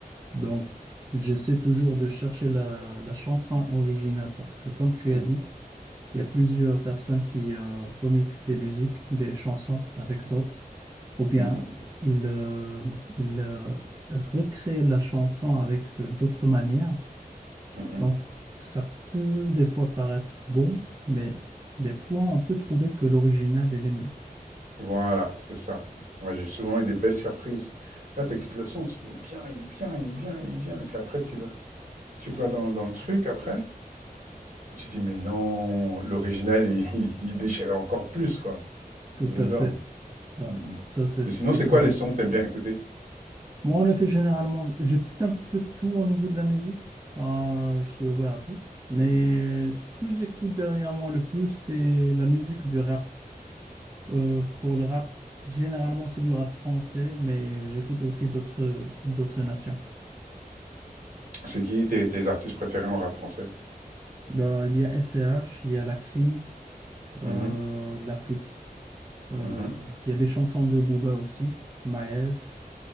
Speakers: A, on the right; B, on the right.
A: Donc, j'essaie toujours de chercher la, la chanson originale parce que, comme tu
B: Mm,
A: as dit, il y a plusieurs personnes qui euh, remixent des musiques, des chansons avec d'autres, ou bien
B: mm, mm,
A: ils, euh, ils euh, recréent la chanson avec euh, d'autres manières.
B: mm, mm.
A: Donc, ça peut des fois paraître bon, mais des fois, on peut trouver que l'original, elle est mieux.
B: Voilà, c'est ça. Moi, j'ai souvent eu des belles surprises. Tu vois, t'écoutes le son, tu te dis, il est bien, il est bien, il est bien, il est bien. Et puis après, tu vas, tu vas dans, dans le truc après, tu te dis, mais non, l'original, il, <laughs> il déchirait encore plus, quoi.
A: Tout
B: J'adore,
A: à fait.
B: moi.
A: Bah,
B: Mm, mm.
A: ça, c'est,
B: Mais sinon,
A: c'est
B: c'est
A: correct.
B: quoi les sons que t'aimes bien écouter?
A: Moi, en effet, généralement, j'écoute un peu tout au niveau de la musique. Euh, je suis ouvert à tout. Mais ce que j'écoute dernièrement le plus, c'est la musique du rap. Euh, pour le rap, c'est- généralement, c'est du rap français, mais j'écoute aussi d'autres d'autres nations.
B: C'est qui tes, tes artistes préférés en rap français?
A: Bah, il y a S C H, il y a La Crime,
B: Mhm,
A: euh, La Euh,
B: mhm,
A: Il y a des chansons de Booba aussi, Maes,